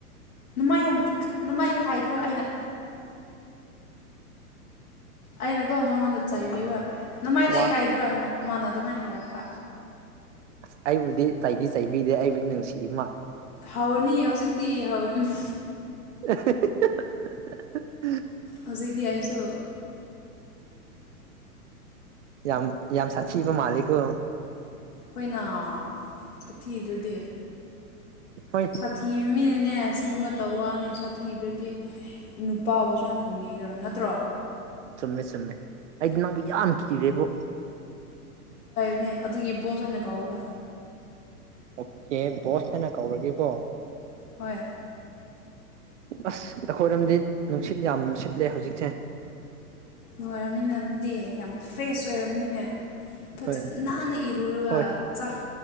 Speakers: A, on the left; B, on the right.
A: ꯅꯃꯥꯏ ꯌꯥꯝ ꯅꯃꯥꯏ ꯏꯀꯥꯏꯗ꯭ꯔꯣ ꯑꯩꯅ ꯑꯩꯅꯀꯣ ꯃꯉꯣꯟꯗ ꯆꯩꯕꯤꯕ ꯅꯃꯥꯏꯗꯨ
B: ꯋꯥ
A: ꯏꯀꯥꯏꯗ꯭ꯔꯣ ꯍꯥꯏꯅ ꯃꯥꯅ ꯑꯗꯨꯝꯃꯥꯏ ꯍꯥꯏꯔꯛꯄ
B: ꯑꯁ ꯑꯩꯕꯨꯗꯤ ꯆꯩꯕꯤ ꯆꯩꯕꯤꯗꯦ ꯑꯩꯕꯨꯗꯤ ꯅꯨꯡꯁꯤ ꯃꯥꯜꯂꯤ
A: ꯍꯧꯅꯤ ꯍꯧꯖꯤꯛꯇꯤ ꯍꯧꯔꯅꯤ
B: <unintelligible>
A: ꯍꯧꯖꯤꯛꯗꯤ ꯑꯩꯁꯨ
B: ꯌꯥꯝ ꯌꯥꯝ ꯁꯥꯊꯤꯕ ꯃꯥꯜꯂꯤꯀꯣ
A: ꯀꯩꯅꯣ ꯁꯥꯊꯤꯗ꯭ꯔꯗꯤ
B: ꯍꯣꯏ
A: ꯁꯥꯊꯤꯕ ꯃꯤ ꯅꯦ ꯑꯁꯤꯒꯨꯝꯕ ꯋꯥꯅꯦ ꯁꯥꯊꯤꯗꯔꯗꯤ ꯅꯨꯄꯥꯕꯨ ꯁꯨꯃꯥꯏꯅ ꯈꯨꯝꯕꯤꯒꯔ ꯅꯠꯇ꯭ꯔꯣ
B: ꯆꯨꯝꯃꯦ ꯆꯨꯝꯃꯦ ꯑꯩꯗꯤ ꯅꯪꯕꯨ ꯌꯥꯝ ꯀꯤꯔꯦꯕꯣ
A: ꯑꯦ ꯑꯗꯨꯒꯤ ꯕꯣꯁ ꯑꯣꯏꯅ ꯀꯧꯕ
B: ꯑꯣꯀꯦ ꯕꯣꯁ ꯍꯥꯏꯅ ꯀꯧꯔꯒꯦꯀꯣ
A: ꯍꯣꯏ
B: ꯑꯁ ꯑꯩꯈꯣꯏꯔꯣꯝꯗꯤ ꯅꯨꯡꯁꯤꯠ ꯌꯥꯝ ꯁꯤꯠꯂꯦ ꯍꯧꯖꯤꯛꯁꯦ
A: ꯅꯨꯡꯉꯥꯏꯔꯝꯅꯤꯅ ꯑꯗꯨꯗꯤ ꯌꯥꯝ ꯐ꯭ꯔꯦꯁ ꯑꯣꯏꯔꯝꯅꯤꯅꯦ ꯐꯖ
B: ꯍꯣꯏ
A: ꯅꯥꯟꯅ ꯏꯔꯨꯔꯒ
B: ꯍꯣꯏ
A: ꯆꯥꯛ